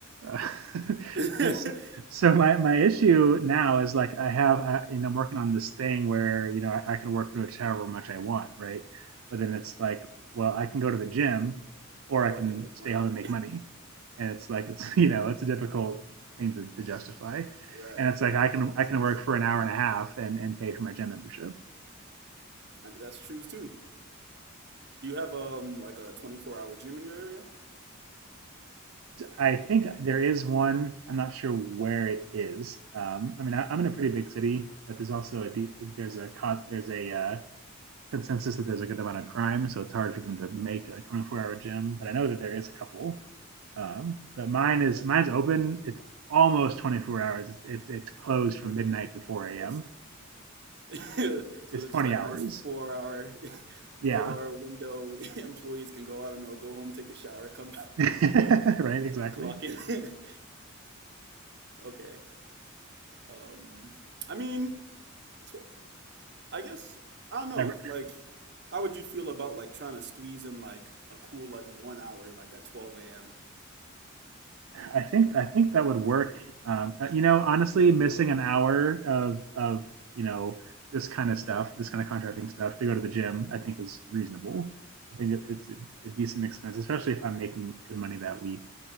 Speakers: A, on the right; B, on the right.
A: Uh, <laughs>
B: <laughs>
A: this, so my, my issue now is like I have uh, you know I'm working on this thing where you know I, I can work pretty much however much I want, right? But then it's like, well, I can go to the gym, or I
B: or
A: can
B: I can make
A: stay
B: money.
A: home and make money, and it's like it's <laughs> you know it's a difficult thing to, to justify,
B: Right,
A: and it's
B: right.
A: like I can
B: That makes
A: I can
B: sense.
A: work for an hour and a half and and pay for my gym membership,
B: I mean, that's true too. Do you have um like a 24 hour gym in your area?
A: I think there is one. I'm not sure where it is. Um, I mean, I, I'm in a pretty big city, but there's also a de- there's a con- there's a uh, consensus that there's a good amount of crime, so it's hard for them to make a 24 hour gym. But I know that there is a couple. Um, but mine
B: Okay,
A: is mine's open. It's almost 24 hours. It's it's, it's closed from midnight to 4
B: almost.
A: a.m.
B: <laughs> So
A: It's
B: there's
A: 20
B: just that
A: hours.
B: nice four hour <laughs>
A: Yeah.
B: four hour window <laughs> employees can go, I don't know, go home, take a shower, come back,
A: <laughs> right.
B: <laughs>
A: Exactly.
B: clock in. <laughs> Okay. Um I mean, tw I guess I don't know,
A: And
B: like how would you feel about like trying to squeeze in like a cool like one hour like at 12 a.m.?
A: I think I think that would work. Um, uh, you know, honestly, missing an hour of of you know this kind of stuff, this kind of contracting stuff, to go to the gym, I think is reasonable. I think it- it's a decent expense, especially if I'm making good money that week.